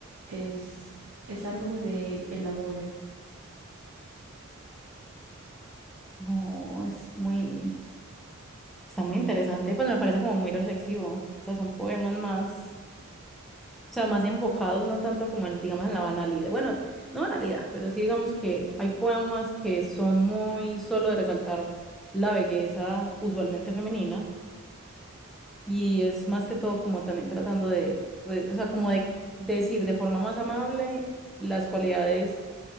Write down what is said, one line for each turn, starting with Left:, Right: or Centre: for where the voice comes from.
Right: es, es algo de el ahora.
Centre: No, es muy, está muy interesante, pues me parece como muy reflexivo. O sea, son poemas más... O sea, más enfocados, no tanto como en, digamos, en la banalidad. Bueno, no banalidad, pero sí digamos que hay poemas que son muy solo de resaltar la belleza usualmente femenina y es más que todo como también tratando de, re- o sea, como de decir de forma más amable las cualidades